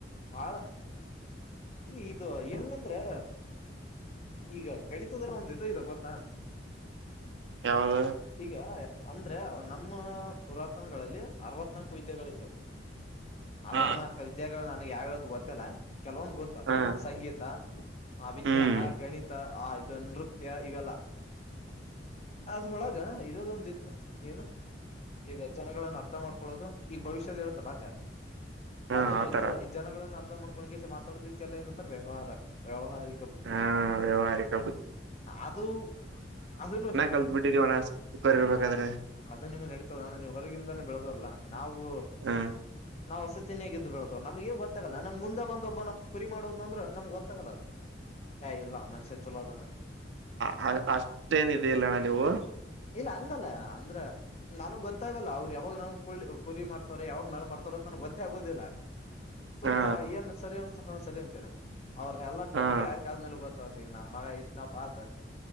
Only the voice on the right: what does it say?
ಯಾವ್ದ
ಹ
ಹ
ಹ್ಮ್
ಹ
ಆತರ
ಹ ವ್ಯವಹಾರಿಕ ಬುದ್ಧಿ
ಕಲ್ದ ಬಿಟ್ಟಿದಿರಿ ಚಿಕ್ಕವರುಇರಬೇಕಾದರೆ ಬರ್ರ್ಬೇಕಾದ್ರೆ
ಹ
ಹ ಅಷ್ಟೇನ್ದೆ ಇಡಿಲ ನೀವು
ಹಾ
ಹಾ